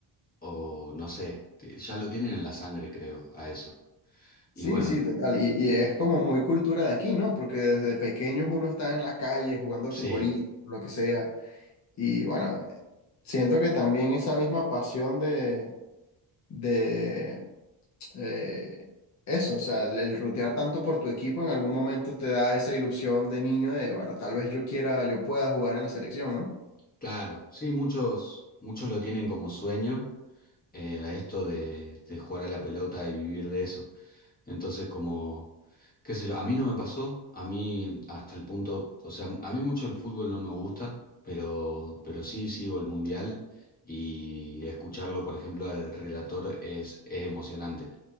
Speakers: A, on the left; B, on the left.
A: o no sé, te- ya lo tienen en la sangre, creo, a eso.
B: Sí,
A: Y bueno,
B: sí, total. Y, y es como muy cultura de aquí, ¿no? Porque desde pequeños uno está en la calle jugando
A: sí.
B: al futbolito, lo que sea. Y bueno, Siento que también esa misma pasión de, de eh, eso, o sea, el, el rutear tanto por tu equipo en algún momento te da esa ilusión de niño de, bueno, tal vez yo quiera, yo pueda jugar en la selección, ¿no?
A: Claro, sí, muchos, muchos lo tienen como sueño eh, a esto de, de jugar a la pelota y vivir de eso. Entonces, como, qué sé yo, a mí no me pasó, a mí hasta el punto, o sea, a mí mucho el fútbol no me gusta, pero, pero sí sigo el mundial y escucharlo, por ejemplo, al relator es, es emocionante